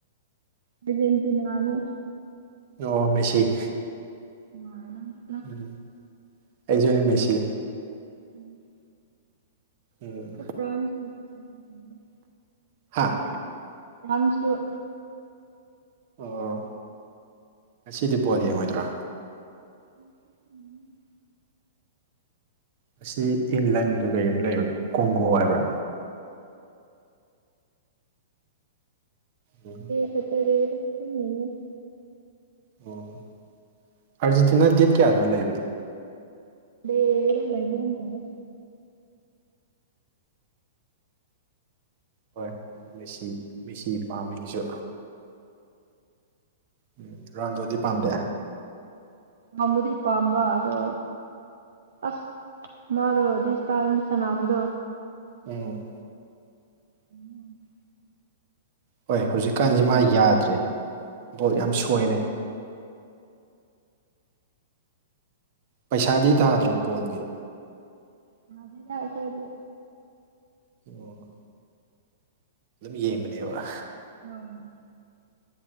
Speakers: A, on the right; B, on the right.
A: ꯑꯔꯖꯦꯟꯇꯤꯅꯥꯅꯣ
B: ꯑꯣ ꯃꯦꯁꯤ
A: ꯃꯥꯅ
B: ꯎꯝ ꯑꯩꯁꯨꯅꯤ ꯃꯦꯁꯤ
A: ꯎꯝ
B: ꯎꯝ
A: ꯐ꯭ꯔꯥꯟ <inaudible>
B: ꯍꯥꯥ
A: ꯐ꯭ꯔꯥꯟꯁꯨ
B: ꯑꯣ ꯉꯁꯤꯗꯤ ꯕꯣꯜ ꯌꯦꯡꯉꯣꯏꯗ꯭ꯔꯥ
A: ꯎꯝ
B: ꯃꯁꯤ ꯏꯪꯂꯟꯒ ꯀꯩ ꯑꯃ ꯂꯩꯕꯅꯣ ꯀꯣꯡꯒꯣ ꯍꯥꯏꯕ꯭ꯔꯥ ꯎꯝ
A: ꯁꯇ꯭ꯔꯗꯦ ꯌꯦꯡꯅꯤ
B: ꯑꯣ ꯑꯥꯔꯖꯦꯟꯇꯤꯅꯥ ꯗꯦꯠ ꯀꯌꯥꯗꯅ ꯂꯩꯕꯗꯣ
A: ꯗ ꯂꯥꯏꯕ ꯒꯨꯇꯧꯢ
B: ꯍꯣꯏ ꯃꯦꯁꯤ ꯃꯦꯁꯤ ꯄꯥꯝꯃꯤ ꯑꯩꯁꯨ ꯎꯝ ꯔꯟꯗꯣꯗꯤ ꯄꯥꯝꯗꯦ
A: ꯄꯥꯝꯕꯨꯗꯤ ꯄꯥꯝꯃꯦ ꯑꯗꯣ ꯑꯁ ꯃꯥꯗꯣ ꯗꯤꯁ ꯇꯥꯏꯝ ꯁꯥꯟꯅꯕꯗꯣ
B: ꯎꯝ
A: ꯎꯝ
B: ꯍꯣꯏ ꯍꯧꯖꯤꯛꯀꯥꯟꯁꯦ
A: ꯌꯦꯡꯅꯤꯡꯉꯦ
B: ꯃꯥ ꯌꯥꯗ꯭ꯔꯦ ꯕꯣꯜ ꯌꯥꯝ ꯁꯣꯏꯔꯦ ꯄꯩꯁꯥꯗꯤ ꯊꯥꯗ꯭ꯔꯣ ꯕꯣꯜꯒꯤ
A: ꯊꯗꯦꯗ ꯑꯩꯈꯣꯏꯗꯤ
B: ꯎ ꯑꯗꯨꯝ ꯌꯦꯡꯕꯅꯦꯕ
A: ꯍꯣꯏ